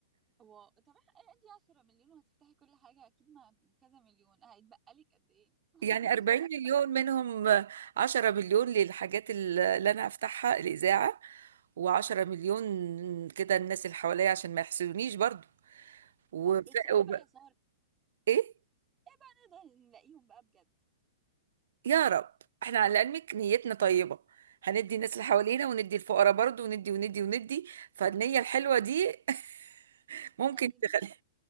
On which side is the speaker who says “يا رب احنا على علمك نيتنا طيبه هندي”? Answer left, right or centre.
Right